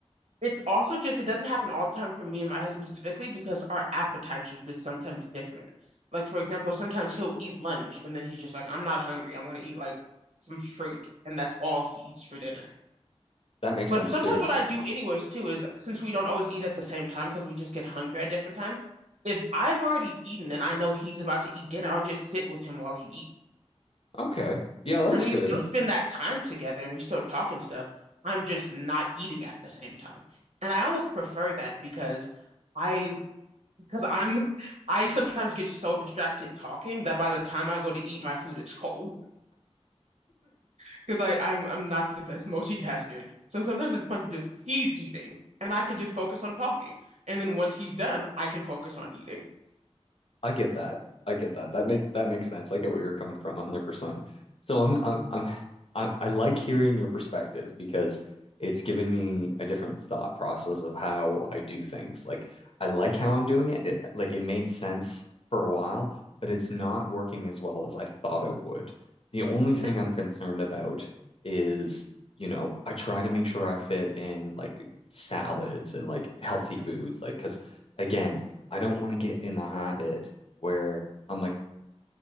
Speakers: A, on the right; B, on the left.
A: It's also just, it doesn't happen all the time for me and my husband specifically because our appetites are just sometimes different. Like, for example, sometimes he'll eat lunch and then he's just like, I'm not hungry. I'm going to eat like some fruit. And that's all he eats for dinner.
B: that makes
A: But
B: sense
A: sometimes
B: too.
A: what I do, anyways, too, is since we don't always eat at the same time because we just get hungry at different times, if I've already eaten and I know he's about to eat dinner, I'll just sit with him while he eats.
B: Okay. Yeah, that's
A: And we
B: good.
A: still spend that time together and we still talk and stuff. I'm just not eating at the same time. And I almost prefer that because I because I'm <laughs> I sometimes get so distracted talking that by the time I go to eat my food, it's cold <laughs> because I I'm I'm not the best <laughs> multitasker. So sometimes it's fun to just he's eating and I could just focus on talking. And then once he's done, I can focus on eating.
B: I get that. I get that. That make that makes sense. I get where you're coming from 100%. So I'm I'm I'm I, I like hearing your perspective because it's given me a different thought process of how I do things. Like I like how I'm doing it. It like it made sense for a while, but it's not working as well as I thought it would. The only thing
A: Yeah.
B: I'm concerned about is, you know, I try to make sure I fit in like salads and like healthy foods, like because again, I don't want to get in the habit where I'm like,